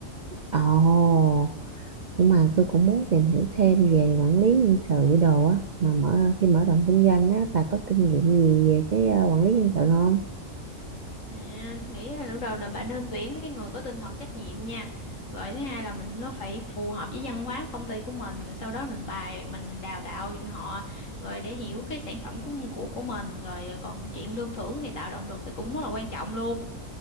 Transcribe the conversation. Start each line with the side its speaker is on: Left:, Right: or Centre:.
Right: Ồ, nhưng mà tôi cũng muốn tìm hiểu thêm về quản lý nhân sự đồ á. Mà mở khi mở rộng kinh doanh á, bà có kinh nghiệm gì về cái ờ, quản lý nhân sự không?
Left: À, tôi nghĩ là lúc đầu là bạn nên tuyển mấy cái người có tinh thần trách nhiệm nha. Rồi thứ hai là mình nó phải phù hợp với văn hóa công ty của mình. Rồi sau đó mình bài mình đào tạo họ rồi để hiểu cái sản phẩm của của của mình. Rồi à, còn chuyện lương thưởng thì tạo động lực thì cũng rất là quan trọng luôn.